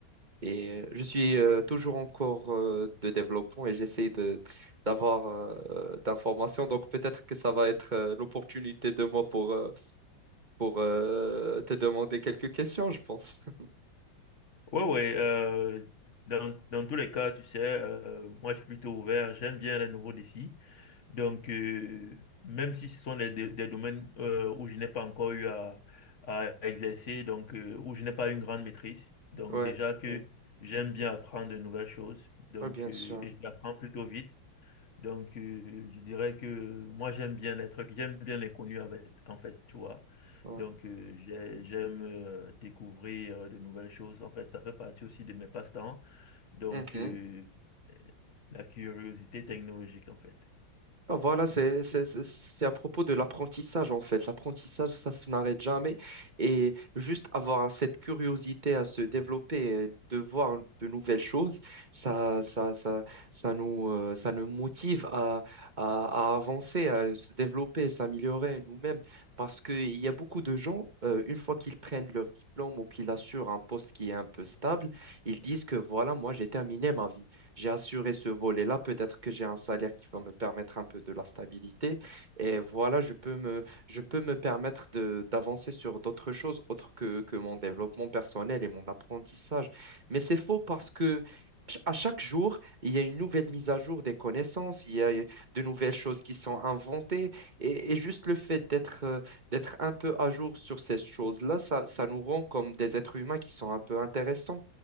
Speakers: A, on the right; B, on the left.
A: Et euh, je suis euh, toujours en cours euh, de développement et j'essaie de, d'avoir euh, d'informations. Donc peut-être que ça va être euh, l'opportunité de moi pour, euh, pour euh, te demander quelques questions, je pense. <laughs>
B: Ouais, ouais. euh, dans, dans tous les cas, tu sais, euh, moi, je suis plutôt ouvert. J'aime bien les nouveaux défis. Donc, euh, même si ce sont des, des- des domaines euh, où je n'ai pas encore eu à, à exercer, donc euh, où je n'ai pas une grande maîtrise. Donc,
A: Ouais,
B: déjà que
A: ouais,
B: j'aime bien apprendre de nouvelles choses. Donc,
A: Ouais, bien
B: euh,
A: sûr.
B: et je l'apprends plutôt vite. Donc, euh, je dirais que moi, j'aime bien les trucs, j'aime bien l'inconnu avec, en fait, tu vois.
A: Ouais.
B: Donc, euh, j'ai- j'aime euh, découvrir de nouvelles choses. En fait, ça fait partie aussi de mes passe-temps. Donc,
A: <laughs> Mhm.
B: euh, euh, la curiosité technologique, en fait.
A: Ah, Voilà, c'est c'est- c'est- c'est à propos de l'apprentissage en fait. L'apprentissage, ça se n'arrête jamais. Et juste avoir cette curiosité à se développer, et de voir de nouvelles choses, ça, ça, ça, ça nous, euh, ça nous motive à, à, à avancer, à se développer, s'améliorer nous-mêmes. Parce qu'il y a beaucoup de gens, euh, une fois qu'ils prennent leur diplôme ou qu'ils assurent un poste qui est un peu stable, ils disent que voilà, moi j'ai terminé ma vie j'ai assuré ce volet-là. Peut-être que j'ai un salaire qui va me permettre un peu de la stabilité. Et voilà, je peux me, je peux me permettre de, d'avancer sur d'autres choses autres que, que mon développement personnel et mon apprentissage. Mais c'est faux parce que ch- à chaque jour, il y a une nouvelle mise à jour des connaissances, il y a de nouvelles choses qui sont inventées. Et, et juste le fait d'être euh, d'être un peu à jour sur ces choses-là, ça, ça nous rend comme des êtres humains qui sont un peu intéressants.